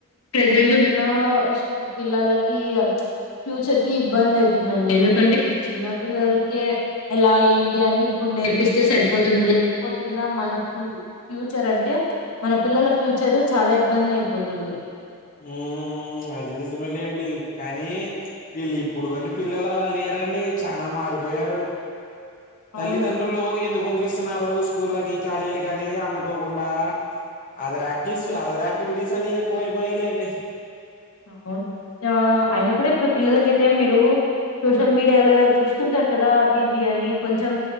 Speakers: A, on the left; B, on the left.
A: ప్రెజెంట్ ఉన్న షూ పిల్లలకి ఫ్యూచర్ కి ఇబ్బంది అయితుందండి, ఎందుకంటే ఇప్పుడు చిన్న పిల్లలకే ఎలా ఏంటి అని ఇప్పుడు నేర్పిస్తే సరిపోతుంది. లేకపోతే గిన మన ఫ్యూ ఫ్యూచర్ అంటే మన పిల్లల ఫ్యూచర్. చాలా ఇబ్బంది అయిపోతుంది.
B: ఉమ్మ్, అది నిజమే లేండి కానీ, వీళ్ళు ఇప్పుడు గోని పిల్లలు అలా లేరండి చాల మారిపోయారు. తల్లిదండ్రులు
A: అవును
B: ఎందుకు. <unintelligible> పిస్తున్నారు స్కూళ్లకి, కాలేజ్ల కాని అనుకోకుండా, అదర్ యాక్టిస్లు, అదర్ యాక్టివిటీస్ అని ఎక్కువ అయిపోయాయి లేండి.
A: అవును అయన కూడా ఇప్పుడు పిల్లలక అయితే మీరు సోషల్ మీడియాలో చూస్తుంటారు కదా అవి ఇవి అని కొంచెం